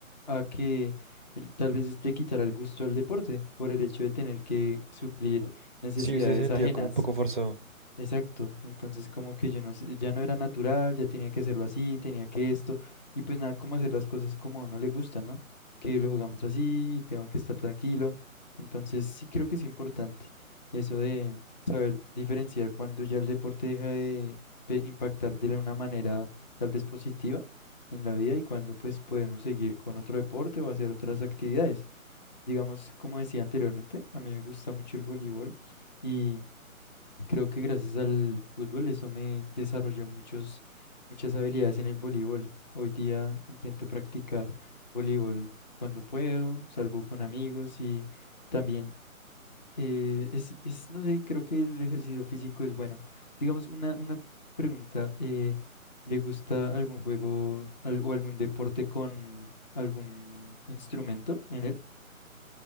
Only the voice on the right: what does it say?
Sí, usted se sentía
como un poco forzado.